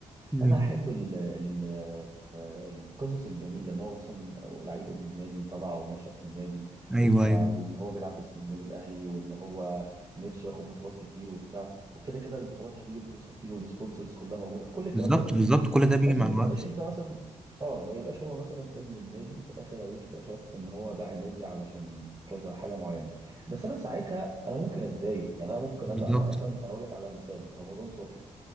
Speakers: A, in the centre; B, on the right.
A: مم.
B: انا احب ال ال آه، القصص الجميله ان هو مثلا لعيب ابن النادي طلع ونشأ في النادي
A: ايوه
B: وبتاع
A: ايوه
B: وان هو بيلعب باسم النادي الاهلي وان هو نفسه ياخد بطولات كتير وبتاع وكده كده البطولات هتيجي الفلوس هتيجي والسبونسرز كلها موجوده كل الكلام
A: بالظبط
B: ده موجود
A: بالظبط كل ده بيجي
B: بس
A: مع
B: ما
A: الوقت
B: تبقاش انت مثلا اه ما يبقاش هو مثلا ابن النادي في الاخر عليك اكتشفت ان هو باع النادي علشان كذا حاجه معينه بس انا ساعتها انا ممكن اتضايق يعني انا ممكن
A: بالظبط
B: ازعل انا مثلا اقول لك على مثال رمضان صبحي